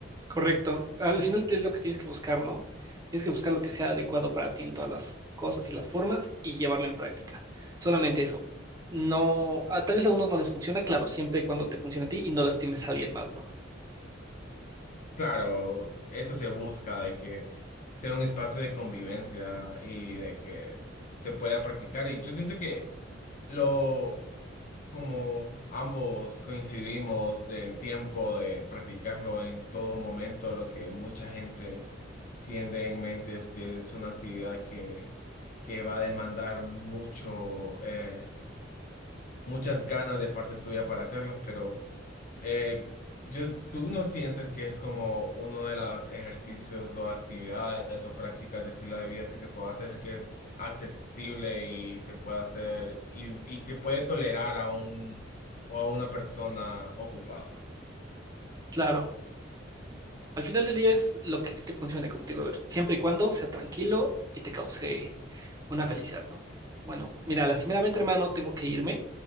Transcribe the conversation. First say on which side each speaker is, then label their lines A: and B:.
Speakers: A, on the right; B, on the left.
A: Correcto. Al final es lo que tienes que buscar, ¿no? Tienes que buscar lo que sea adecuado para ti en todas las cosas y las formas y llevarlo en práctica. Solamente eso. No, a- tal vez a unos no les funciona, claro, siempre y cuando te funcione a ti y no lastimes a alguien más, ¿no?
B: Claro, eso se busca, de que sea un espacio de convivencia y de que se pueda practicar. Y yo siento que lo, como ambos coincidimos del tiempo de practicarlo en todo momento, lo que mucha gente tiene en mente es que es una actividad que, que va a demandar mucho, eh, muchas ganas de parte tuya para hacerlas, pero Eh, yo, ¿tú no sientes que es como uno de los ejercicios o actividades o prácticas de estilo de vida que se puede hacer que es accesible y se puede hacer y, y que puede tolerar a un o a una persona ocupada?
A: Claro. Al final del día es lo que a ti te funcione, como te digo, Ever, siempre y cuando sea tranquilo y te cause una felicidad, ¿no? Bueno, mira, lastimeramente, hermano, tengo que irme.